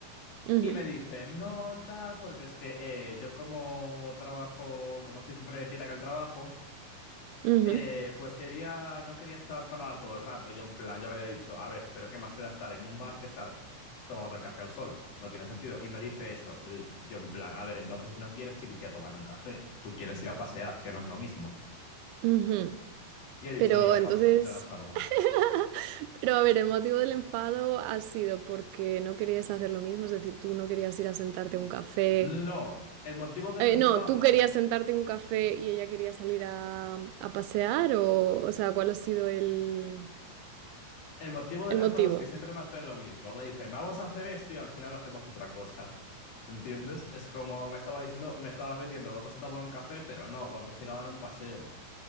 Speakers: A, on the right; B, on the left.
A: ujú,
B: Y me dicen, no tal, porque es que eh, yo como trabajo, como estoy siempre quieta en el trabajo,
A: ujú,
B: eh, pues quería, no quería estar parada todo el rato. Yo en plan, yo le había dicho, a ver, pero ¿qué más te da estar en un bar que estar tomando el café al sol? No tiene sentido. Y me dice eso. Y yo en plan, a ver, entonces no quieres irte a tomar un café, tú quieres ir a pasear, que no es lo mismo.
A: ujú.
B: Y he dicho,
A: Pero
B: mira,
A: entonces,
B: paso, yo no salgo.
A: <laughs> pero a ver, el motivo del enfado ha sido porque no querías hacer lo mismo, es decir, tú no querías ir a sentarte a un café.
B: No, el motivo del
A: Eh,
B: enfado
A: no, tú querías sentarte a un café y ella quería salir a, a pasear, o, o sea, ¿cuál ha sido el,
B: El motivo del
A: el motivo?
B: enfado es que siempre me hacen lo mismo. Me dicen, vamos a hacer esto y al final hacemos otra cosa. ¿Entiendes? Es como me estaba diciendo, me estaba vendiendo, vamos a tomar un café, pero no, vamos a ir a dar un paseo.